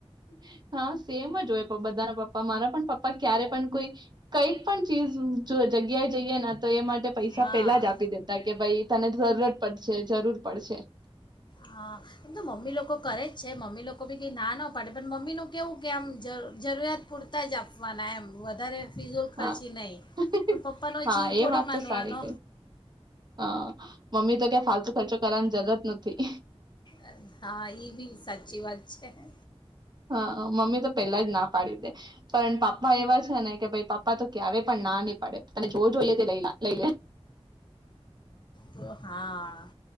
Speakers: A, on the right; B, on the left.
A: <unintelligible> હા સેમ જ હોય પ બધાના પપ્પા મારા પણ પપ્પા ક્યારે પણ કોઈ <unintelligible> કઈક પણ ચીજ જો જગ્યાએ જઈએ તો એ માટે <unintelligible> પૈસા
B: હા
A: પેલા જ આપી દેતા કે ભાઈ તને જરૂરત પડશે જરૂર પડશે.
B: હા એમ તો મમ્મી લોકો કરે જ છે મમ્મી લોકો બી કંઈ ના પાડે પણ મમ્મીનું કેવું કે આમ જ જરૂરિયાત પૂરતા જ આપવાના એમ વધારે ફિઝૂલ ખર્ચી
A: હા
B: નહીં
A: <unintelligible>
B: પણ પપ્પાનો
A: હા
B: જીવ
A: એ
B: થોડી
A: વાત
B: માનવાનો
A: તો સારી કઈ હ મમ્મી તો કે ફાલતુ ખર્ચો કરવાની જરૂરત નથી.
B: અ હા ઈ ભી સાચી વાત છે હે.
A: હા અ મમ્મી તો પેલા જ ના પાડી દે, પણ પપ્પા એવા છે ને કે ભ પપ્પા તો ક્યારે પણ ના નય પાડે જો જોઈએ લઈ લા લઈ લે.
B: તો હા.